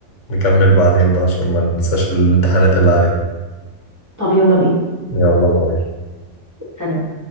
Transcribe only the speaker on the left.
ونكمل بعدين بقى عشان ما ننساش الامتحانات اللي علينا
يلا باي